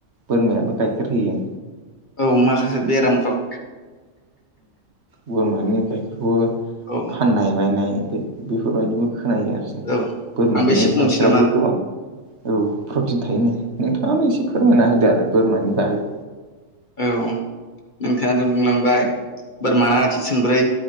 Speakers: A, on the right; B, on the left.
A: बोरमायाबो गाइखेर होयो
B: औ माखासे बेरामफ्राव
A: बोरमानि गाइखेरखौबो
B: औ
A: फाननाय बायनाय बेफोरबायदिबो खोनायो आरो जों
B: औ
A: बोरमानि
B: आंबो एसे बुंनोसै
A: गाइखेराबो
B: नामा
A: गोबां औ प्रटिन थायोना नोंथाङाबो एसे फोरमायना होदो आरो बोरमानि बागै।
B: औ नोंथाङा जों बुंलांबाय बोरमाना आथि थोंब्रै